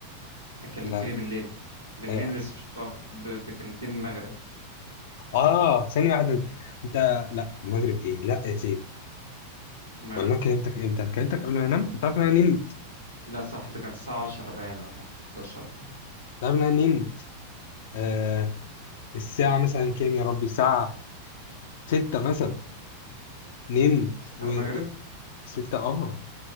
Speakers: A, on the right; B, on the left.
A: كلمتني
B: ما
A: بالليل بالليل
B: ايوه
A: بس مش متأخر ب- ب- كلمتني المغرب
B: اه ثانية واحدة انت لا المغرب ايه لا يا سيف
A: المغرب
B: ولا انا كلمتك امتى انا كلمتك قبل ما انام انت عارف ان انا نمت
A: لا صح ده كان الساعة 10 باين ولا 11 ده
B: انت عارف ان انا نمت آه الساعة مثلا كام يا ربي الساعة ستة مثلا نمت و...
A: المغرب
B: و... ستة اه